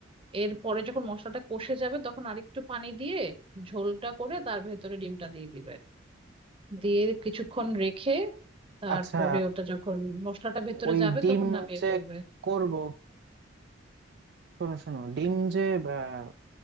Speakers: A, on the right (about 30°); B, on the right (about 55°).
A: এরপরে যখন মশলাটা কষে যাবে তখন আরেকটু পানি দিয়ে ঝোলটা করে তার ভেতরে ডিমটা দিয়ে দিবে দিয়ে কিছুক্ষণ রেখে তারপরে
B: আচ্ছা
A: ওটা যখন মশলাটা ভেতরে
B: ওই
A: যাবে
B: ডিম
A: তখন নামিয়ে
B: যে
A: ফেলবে
B: করব শোনো শোনো ডিম যে আহ,